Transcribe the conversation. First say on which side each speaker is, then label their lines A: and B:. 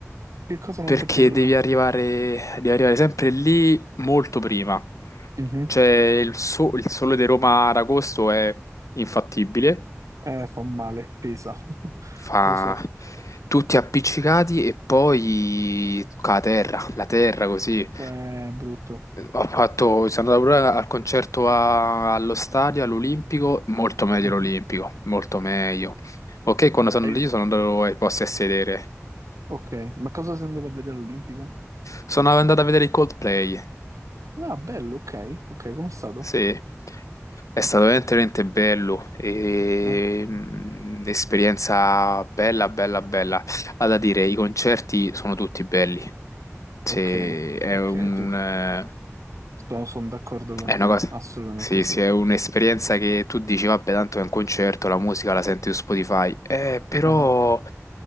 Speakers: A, on the right; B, on the left.
A: Che cosa non
B: Perché
A: ti è piaciuto?
B: devi arrivare, devi arrivare sempre lì molto prima.
A: Mhm.
B: Cioè, il, so- il sole di Roma ad agosto è infattibile
A: Eh, fa male, pesa, <laughs>
B: fa
A: lo so,
B: tutti appiccicati e poi con la terra, la terra così.
A: è brutto.
B: Ho fatto, sono andato pure al concerto a- allo stadio, all'Olimpico, molto meglio
A: Mhm.
B: l'Olimpico, molto meglio. Ok, quando sono
A: Hai-
B: lì sono andato ai posti a sedere.
A: Ok, ma cosa sei andato a vedere all'Olimpico?
B: Sono andato a vedere i Coldplay.
A: Ah, bello, ok, ok, com'è stato?
B: Sì, è stato veramente, veramente bello, e,
A: Eh,
B: mh, esperienza bella, bella, bella. Ha da dire, i concerti sono tutti belli. Se
A: Ok,
B: è
A: ok,
B: un,
A: ti-
B: eh,
A: sono, sono d'accordo con
B: è
A: te,
B: una cosa,
A: assolutamente
B: sì,
A: sì.
B: sì, è un'esperienza che tu dici, vabbè, tanto è un concerto, la musica la senti su Spotify, eh, però
A: Eh,